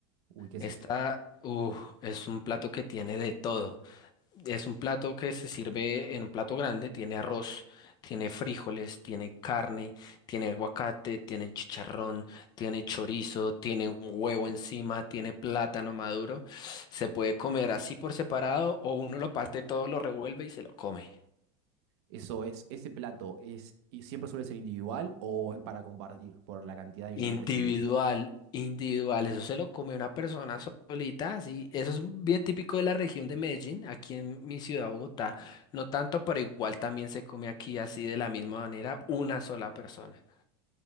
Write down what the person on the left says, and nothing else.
Esta,
uh, es un plato que tiene de todo. Es un plato que se sirve en un plato grande, tiene arroz, tiene frijoles, tiene carne, tiene aguacate, tiene chicharrón, tiene chorizo, tiene un huevo encima, tiene plátano maduro. Se puede comer así por separado o uno lo parte todo, lo revuelve y se lo come.
Individual,
individual, eso se lo come una persona solita, así, eso es bien típico de la región de Medellín, aquí en mi ciudad, Bogotá, no tanto, pero igual también se come aquí así de la misma manera, una sola persona,